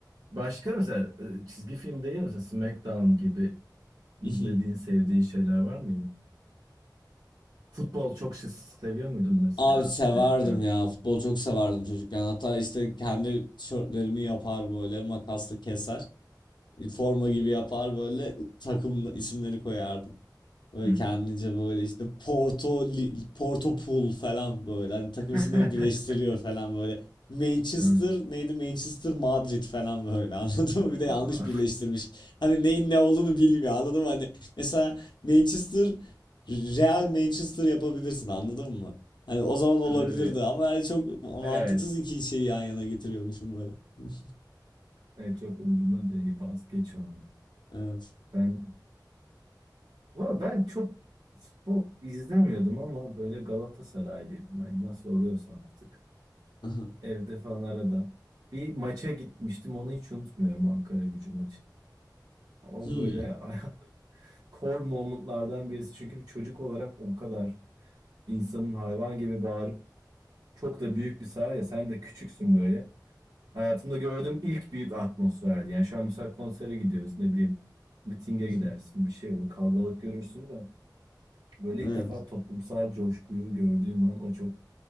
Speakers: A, on the right (about 65°); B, on the left (about 75°).
A: Başka mesela e, çizgi film değil mi? mesela SmackDown gibi izlediğin,
B: <laughs>
A: sevdiğin şeyler var mıydı? Futbol çok şey seviyor muydun mesela
B: Abi severdim
A: çocukken?
B: ya. Futbol çok severdim çocukken. Hatta işte kendi tişörtlerimi yapar böyle makasla keser. Forma gibi yapar böyle takım isimleri koyardım. Böyle
A: Hmm.
B: kendince böyle işte Porto, Li- Porto Pool falan böyle. Hani takım
A: <laughs>
B: isimleri birleştiriyor falan böyle. Manchester
A: Hmm.
B: neydi? Manchester Madrid falan böyle <laughs> anladın mı? Bir de yanlış
A: Aa.
B: birleştirmiş. Hani neyin ne olduğunu bilmiyor anladın mı? Hani mesela Manchester Real Manchester yapabilirsin anladın mı? Hani o zaman olabilirdi
A: <laughs>
B: ama yani çok mantıksız
A: Evet.
B: iki şeyi yan yana getiriyormuşum böyle. <laughs>
A: Evet, çok umurumda değil. Bas geç onu.
B: Evet.
A: Ben Valla ben çok futbol izlemiyordum ama böyle Galatasaraylıydım. Hani nasıl oluyorsa artık.
B: <laughs>
A: Evde falan arada. Bir maça gitmiştim onu hiç unutmuyorum Ankara Gücü maçı. O
B: Hmm.
A: böyle <laughs> core momentlardan birisi. Çünkü bir çocuk olarak o kadar insanın hayvan gibi bağırıp çok da büyük bir saha ya sen de küçüksün böyle. Hayatımda gördüğüm ilk büyük atmosferdi. Yani şu an mesela konsere gidiyoruz ne bileyim mitinge
B: <laughs>
A: gidersin bir şey olur kalabalık görürsün de. Böyle
B: Evet.
A: ilk defa toplumsal coşkuyu gördüğüm an o çok